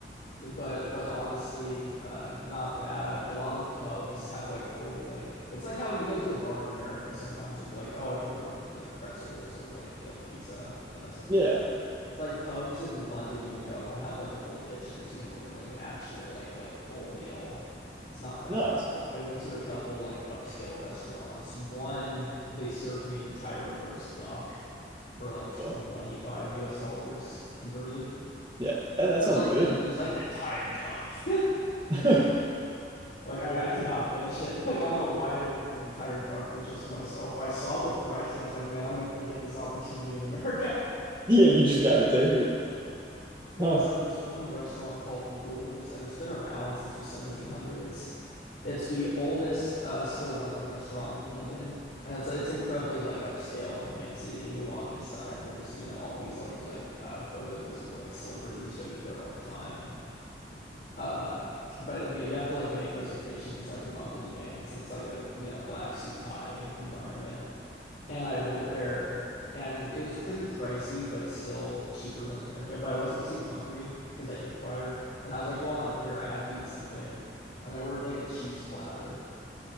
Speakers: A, on the left; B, on the right.
A: but but honestly, uh not bad. A lot of pubs have like full like it's like how you go to a bar in America, sometimes you'll be like, "Oh, I can order like like pretzels or like like pizza, you know, something
B: yeah,
A: like It's like pubs in London, you'll go and they'll have like a full kitchen, so you can order like an actual like like full meal. It's not bad
B: nice.
A: at all. I went to a couple like upscale restaurants. One, they served me an entire roast duck for like 25
B: Oh,
A: US dollars converted.
B: yeah, yeah, that
A: It was
B: sounds
A: like an
B: good.
A: it was like an entire duck. <laughs>
B: <laughs>
A: Like I, I could not finish it. <laughs> Like I don't know why I ordered an entire duck for just myself, but I saw the price and I was like, man, I'm never gonna get this opportunity in America.
B: Yeah, you just gotta take it.
A: There's
B: Huh.
A: uh, this one restaurant called Rules, and it's been around since the 1700s. It's the oldest uh, still running restaurant in London, and it's it's incredibly like upscale and fancy. And you walk inside, and there's you know all these like like uh, photos of like celebrities that eat there all the time. Uh, but you know you have to like make reservations like a month in advance, and it's like a you know black suit tie environment and I went there and it was pretty pricey, but still cheaper than America. But I wasn't too hungry because I ate prior. And I was like, well, I'm here, I have to eat something. And I ordered like a cheese platter